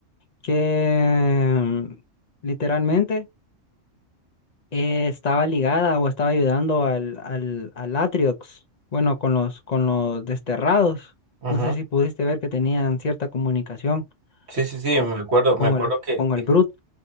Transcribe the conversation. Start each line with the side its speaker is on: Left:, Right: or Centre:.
Left: que mm, literalmente eh, estaba ligada o estaba ayudando al, al, al Atriox, bueno, con los, con los desterrados.
Right: ujú.
Left: No sé si pudiste ver que tenían cierta comunicación
Right: Sí, sí, sí,
Left: con,
Right: me acuerdo,
Left: con
Right: me acuerdo
Left: el,
Right: que
Left: con el
Right: eh,
Left: Brute.